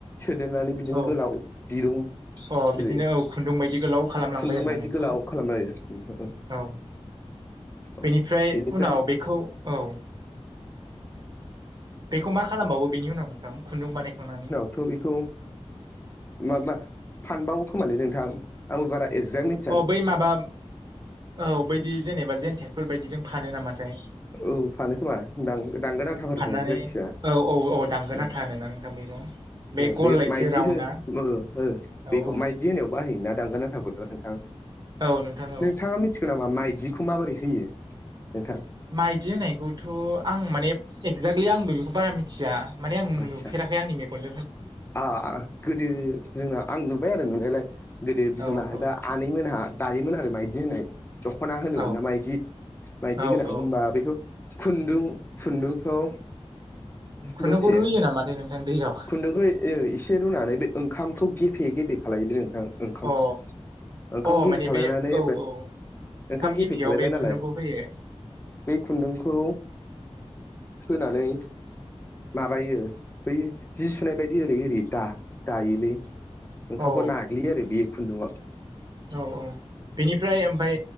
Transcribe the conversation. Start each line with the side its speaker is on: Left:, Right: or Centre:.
Left: सोदेरनानै बिदिनो
Right: औ
Left: गोलाव दिरुं
Right: अ
Left: जेरै
Right: बिदिनो औ खुन्दुं बायदि गोलाव खालामलांबाय
Left: खुन्दुं
Right: आरोना
Left: बायदि
Right: नोंथां।
Left: गोलाव खालामबाय आरो
Right: औ
Left: औ
Right: बेनिफ्राय
Left: बेनिफ्रायनो
Right: उनाव बेखौ औ। बेखौ मा खालामबावो बेनि उनाव नोंथां खुन्दुं बानायखांनानै?
Left: थ बेखौ माबा फानबावो खोमालै नोंथां आंबो बारा एक्जेक्ट
Right: अ बै माबा औ बैदि जेनेबा जेेनथेरफोर बायदि जों फानो नामाथाय।
Left: औ फानो खोमा दां दांगोन आथाफोरजों
Right: फाननानै
Left: जायखिजाया
Right: औ औ औ दांगोन
Left: ओ।
Right: आथा होनोना नोंथां बेखौ
Left: ओ
Right: गल
Left: बे
Right: एसे
Left: माइदि
Right: राउन्डआ
Left: हो बो हो
Right: औ
Left: बेखौ
Right: औ
Left: माइदि जे होनायाव बाहायो ना दांगोन आथाखौथ नोंथां
Right: औ नोंथां
Left: नोंथाङा
Right: औ
Left: मिथि नाबा माइदिखौ माबोरै होयो नोंथां?
Right: माइदि होनायखौथ आं माने एक्जेक्टलि आंबो बेखौ बारा मिथिया। माने आं
Left: आदसा
Right: नुफेराखै आं मेगन
Left: आ आ गोदो जोंना आं नुबाय आरो नुनायलाय गोदो बिमा
Right: औ औ
Left: एबा आनैमोनहा दायोमोन आरो माइदि होनाय। दख'ना होनोमोन
Right: औ
Left: ना माइदि माइदि
Right: औ
Left: गोनां होनबा
Right: औ
Left: बेखौ। खुन्दुं खुन्दुंखौ
Right: खुन्दुंखौ
Left: दसे
Right: रुयो नामाथाइ नोंथां दैयाव।
Left: खुन्दुंखौ ओ एसे रुनानै बे ओंखामखौ गेफे गेफे खालायोलै नोंथां ओंखाम।
Right: अ
Left: ओंखाम
Right: अ
Left: गिफे
Right: माने
Left: खालायनानै
Right: बे औ औ
Left: ओंखाम गिफे
Right: गेफेयाव
Left: खालायबाय
Right: बे खुन्दुंखौ
Left: नालाय।
Right: होयो
Left: बै खुन्दुंखौ होनानै माबायो बै जि सुनाय बायदि ओरै ओरै दा दायोलै ओंखामखौ
Right: औ
Left: ना ग्लियो आरो बे खुन्दुआव
Right: औ औ बेनिफ्राय ओमफाय